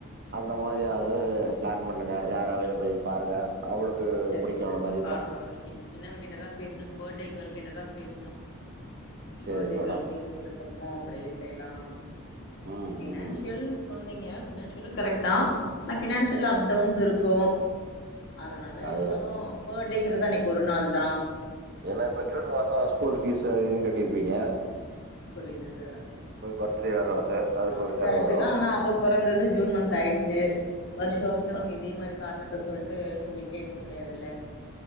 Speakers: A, on the right; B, on the left.
A: அந்த மாரியாவது
B: செ
A: பிளான் பண்ணுங்க யார் அவைலபுளூ பாருங்க அவளுக்கு
B: சரி
A: புடிக்கு
B: சார்
A: அந்த மாரி இருந்தா
B: பாக்குறோ சின்னவ கிட்டதா பேசன பர்த்டே கேர்ள் கிட்ட தா பேசனோ
A: சேரி
B: பர்த்டே
A: மேடம்
B: கேர்ளுக்கு எது விருப்பமோ அப்டியே செய்யலா
A: ம்
B: பினான்சியல்ன்னு
A: ம்
B: சொன்னீங்க ஃபினான்சியலு கரெக்ட் தா பட் ஃபினான்ஷியலா அப் டவுன்ஸ் இருக்கு அதனால
A: அது
B: இருந்தாலு பேர்டேங்கறது அன்னைக்கி ஒரு நாள் தா
A: ஏன்னா இப்ப ஜூன் மாசோ ஸ்கூல் ஃபீஸ் அது இதுனு கட்டிருப்பீங்க
B: புரியுது சார்
A: இப்ப பர்த்டே வேற வருது அதுக்கு
B: அது
A: ஒரு செலவு
B: கரெக்ட்
A: வரு
B: தா ஆனா அவ பொறந்தது ஜூன் மன்த் ஆயிடுச்சு வருஷோ வருஷ
A: அ
B: நம்ம
A: அ
B: இதே மாரி காரணத்தை சொல் த்து சொல்லிக்கிட்டே இருக்க முடியாதுல்ல